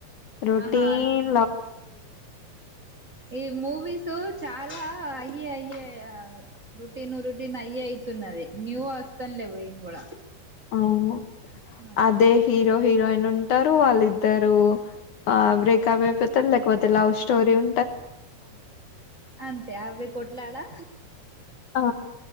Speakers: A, on the left; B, on the right.
A: రోటీన్
B: ఆహా ఈ మూవీస్ చాలా అయ్యే అయ్యే రుటీన్ రుటీన్ అయ్యే అయితున్నది న్యూ వ <unintelligible> ఏం కూడా
A: అవును
B: ఆ
A: అదే హీరో హీరోయిన్ ఉంటారు వాళ్ళిద్దరు ఆ బ్రేక అప్ అయిపోతారు లేకుపోతే లవ్ స్టోరీ ఉ
B: అంతే అవ్వే కొట్లాడా
A: ఆ